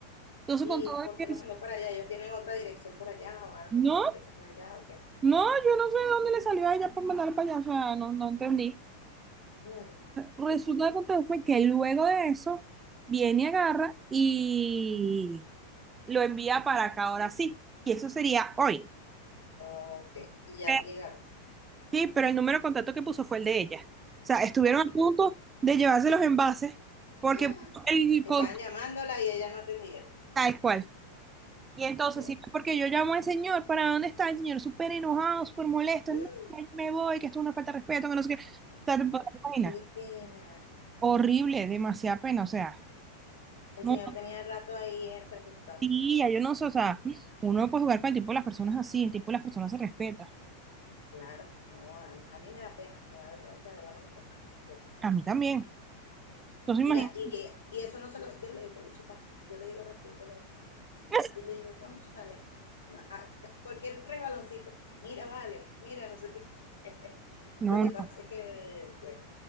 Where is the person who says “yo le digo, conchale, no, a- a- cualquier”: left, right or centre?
Left